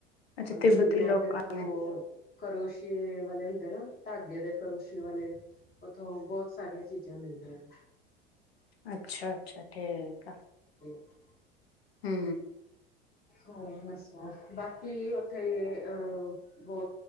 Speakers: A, on the left; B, on the left.
A: ਅੱਛਾ
B: ਔਰ
A: ਤਿੱਬਤੀ
B: ਨੈਟ
A: ਲੋਕਾਂ ਨੇ
B: ਕੋ- ਕਰੋਸ਼ੀਏ, ਵਾਲੇ ਹੁੰਦੇ ਨਾ, ਧਾਗੇ ਦੇ ਕਰੋਸ਼ੀਏ ਵਾਲੇ। ਉੱਥੋਂ, ਬਹੁਤ ਸਾਰੀਆਂ, ਚੀਜ਼ਾਂ ਮਿਲਦੀਆਂ ਨੇ।
A: ਅੱਛਾ- ਅੱਛਾ, ਠੀਕ ਆ।
B: ਠ <unintelligible>
A: ਹੂੰ।
B: ਹੋਰ ਦੱਸੋ? ਬਾਕੀ ਉੱਥੇ ਅਹ। ਬ